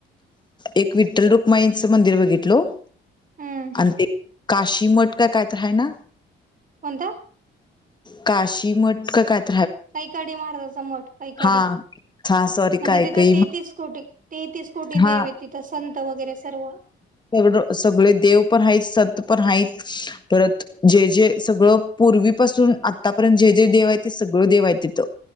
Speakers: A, on the left; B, on the right.
A: एक विठ्ठल रखुमाईचं मंदिर बघितलो.
B: हम्म
A: आणि ते- काशीमठ का काय त आहे ना?
B: कोणता?
A: काशी मठ का काय -
B: कैकाडे महाराजांचा मठ कैकाडे.
A: हा हा सॉरी
B: म्हणजे
A: कायकई
B: तिथं तेहतीस कोटी तेहतीस कोटी
A: हा
B: देव येत तिथं. संत वगैरे सर्व.
A: सगड सगळे देव पण आहेत सत पण आहेत. परत जे जे सगळं पूर्वीपासून आत्तापर्यंत जे जे देव आहे ते सगळं देव आहे तिथं.